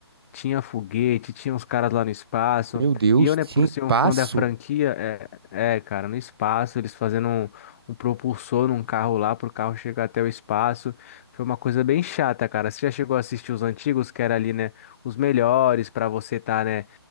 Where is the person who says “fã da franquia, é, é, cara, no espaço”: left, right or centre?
Left